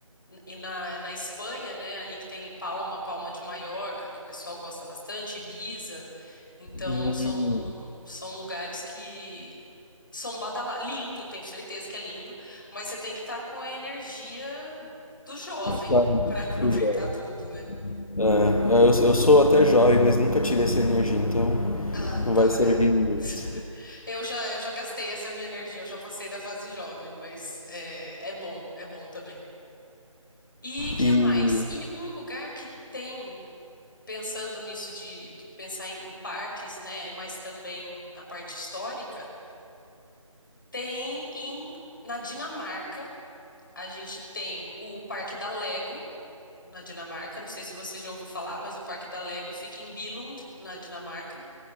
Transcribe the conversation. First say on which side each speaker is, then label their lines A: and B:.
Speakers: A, on the left (about 35°); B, on the left (about 85°).
A: e na, na Espanha, né, ali que tem Palma, Palma de Maiorca, que o pessoal gosta bastante, Ibiza. Então,
B: Hum,
A: são, são lugares que são badalados. Lindo, tenho certeza que é lindo, mas você tem que estar com a energia do jovem
B: claro, do
A: para <laughs> aproveitar
B: jovem.
A: tudo, né?
B: É, eu, eu sou até jovem, mas nunca tive essa energia, então
A: Ah,
B: não
A: tá,
B: vai servir
A: é.
B: muito.
A: <laughs> Eu já, eu já gastei essa minha energia, eu já passei da fase jovem, mas é, é bom, é bom também. E que
B: E
A: mais? E um lugar que tem pensando nisso de, de pensar em, em parques, né, mas também na parte histórica, tem em na Dinamarca, a gente tem o Parque da Lego na Dinamarca, não sei se você já ouviu falar, mas o Parque da Lego fica em Billund, na Dinamarca.